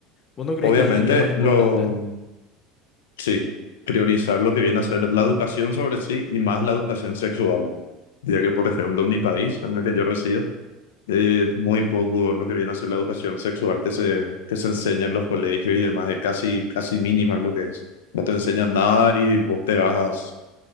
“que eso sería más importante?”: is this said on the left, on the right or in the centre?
Left